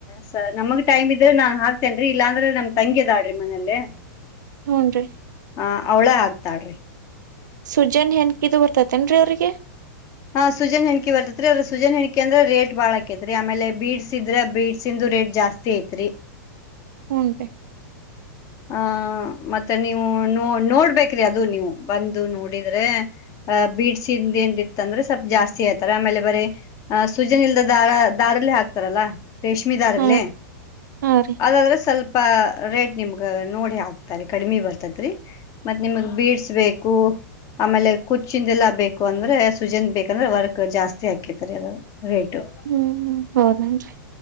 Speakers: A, on the left; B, on the right.
A: ಸ ನಮಗ ಟೈಮ್ ಇದ್ರ ನಾ ಹಾಕ್ತೇನ್ರೀ ಇಲ್ಲಾಂದ್ರ ನಮ ತಂಗಿ ಅದಾಳ್ರಿ ಮನೇಲಿ
B: ಹ್ಮುನ್ರಿ.
A: ಆ ಅವ್ಳೇ ಆಕ್ತಾಳ್ರಿ.
B: ಸುಜನ್ ಹೆನ್ಕಿದು ಬರ್ತತೆೇನ್ರೀ ಅವ್ರಿಗ
A: ಹಾ ಸುಜನ್ ಹೆಂಕಿ ಬರ್ತತ್ರಿ ಅ ಸುಜನ್ ಹೆಣಕ ಅಂದ್ರೆ ರೇಟ್ ಬಾಳಕೇತ್ರಿ ಆಮೇಲೆ ಬೀಡ್ಸ್ ಇದ್ರ ಬಿಡ್ಸ್ ಇಂದು ರೇಟ್ ಜಾಸ್ತಿ ತೇತ್ರಿ
B: ಹ್ಞ <unintelligible> ರ
A: ಹ ಮತ್ತೆ ನೀವು ನೋ ನೋಡ್ಬೇಕ್ರಿ ಅದು ನೀವು ಬಂದು ನೋಡಿದ್ರೆ. ಅ ಬೀಡ್ಸಿಂದ ಏನತ್ತ ಅಂದ್ರೆ ಸ್ವಲ್ಪ ಜಾಸ್ತಿ ಆಯ್ತಾರೆ ಆಮೇಲೆ ಬರೀ ಆ ಸುಜನಲ್ದ ದಾರ ದಾರಲ್ಲ ಹಾಕ್ತಾರಲ್ಲಾ. ರೇಷ್ಮೆ ದಾರಲ್ಲಿ
B: ಹಾ ಹಾ ರೀ
A: ಅದಾದ್ರೆ ಸ್ವಲ್ಪ, ರೇಟ್ ನಿಮ್ಗ ನೋಡಿ ಹಾಕ್ತ ರ ಕಡಿಮಿ ಬರ್ತತ್ ಮತ್ತ್ ನಿಮಗ್ ಬೀಡ್ಸ್ ಬೇಕು ಆಮೇಲೆ ಕುಚ್ಚಿಂದೆಲ್ಲ ಬೇಕು ಅಂದ್ರೆ ಸುಜನ್ ಬೇಕಂದ್ರೆ ವರ್ಕ್ ಜಾಸ್ತಿ ಹಾಕಿತರಿ ಅದು ರೇಟು
B: ಹ್ಮ್ ಹೌದೇನ್ರಿ